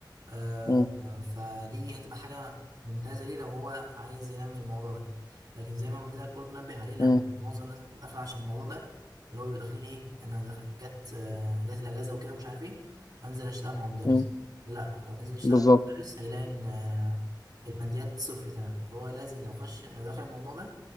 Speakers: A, on the right (about 60°); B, on the left (about 50°).
A: آه
B: مم.
A: فدي هتبقى حاجة ممتازة ليه لو هو عايز ينمي الموضوع ده لكن زي ما قلت لك برضه نبه عليه لأن
B: مم.
A: معظم الناس بتبقى داخلة عشان الموضوع ده اللي هو بيبقوا داخلين إيه أنا دخ- جت آه، جت الأجازة وكده ومش عارف إيه هنزل أشتغل مع مدرس
B: مم.
A: لا لو نزل يشتغل
B: بالظبط
A: مع مدرس هيلاقي إن آه، الماديات صفر تماما فهو لازم لو خش لو دخل الموضوع ده